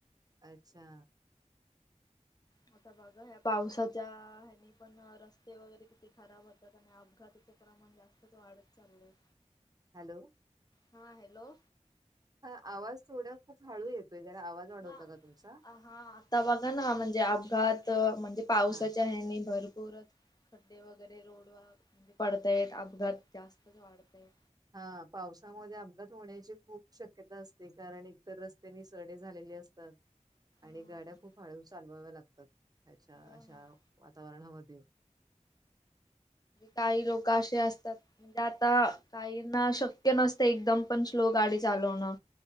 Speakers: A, on the right; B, on the left.
A: अच्छा.
B: म-आता बघा, ह्या पावसाच्या, हेने पण रस्ते वगैरे, किती खा ब होतात आणि अपघाताचे प्रमाण, जास्तच वाढत चाललंय.
A: हॅलो?
B: हां, हॅलो?
A: हां, आवाज थोडा खूप हळू येतोय, जरा आवाज वाढवता
B: हा
A: का तुमचा?
B: हा आता बघा ना, म्हणजे अपघात, म्हणजे पावसाच्या
A: हा
B: यानी भरपूरच खड्डे वगैरे, रोड व, म्हणजे पडतायेत, अपघात जास्तच वाढताय.
A: हा, पावसामध्ये अपघात होण्याची खूप शक्यता असते, कारण एकत रस्ते, निसरडे झालेले अस तात आणि
B: हा
A: गाड्या खूप हळू, चालवाव्या लागतात. त्याच्या
B: हो
A: अशा
B: ना
A: वातावरणामध्ये
B: काही लोकं, अशे असतात म्हणजे आता काही ना, शक्य नसतं, एकदम पण स्लो गाडी चालवणं.